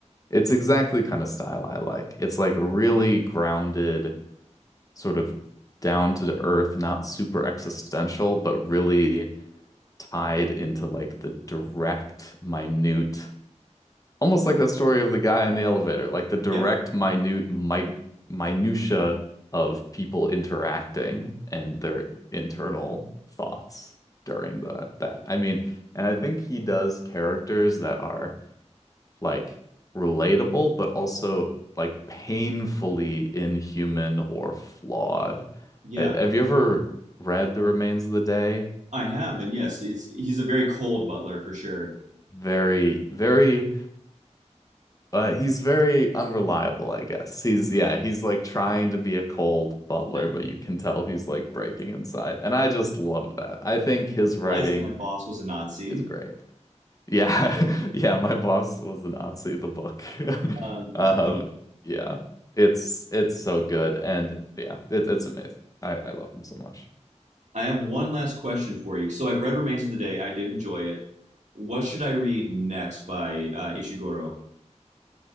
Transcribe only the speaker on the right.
Yeah.
Yeah.
I have. And yes, he's, he's a very cold butler for sure.
I
realized that my boss was a Nazi.
Um,
so
I have one last question for you. So I've read Remains of the Day. I did enjoy it. What should I read next by uh, Ishiguro?